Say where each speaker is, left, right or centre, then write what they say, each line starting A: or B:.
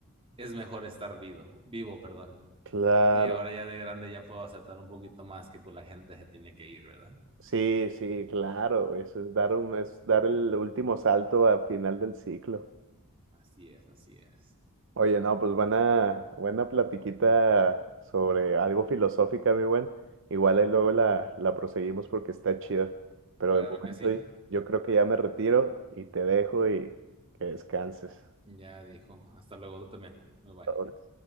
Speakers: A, on the right (about 25°); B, on the right (about 60°).
A: es mejor estar vivo, vivo, perdón.
B: claro.
A: Y ahora ya de grande ya puedo aceptar un poquito más que pues la gente se tiene que ir, ¿verdad?
B: Sí, sí, claro. Eso es dar un, es dar el último salto al final del ciclo.
A: Así es, así es.
B: Oye, no, pues buena, buena platiquita sobre algo filosófica, mi buen. Igual ahí luego la, la proseguimos porque está chida. Pero
A: Claro
B: de momento
A: que sí.
B: yo yo creo que ya me retiro y te dejo y que descanses.
A: Ya dijo. Hasta luego, tú también. Bye bye.
B: Sobres.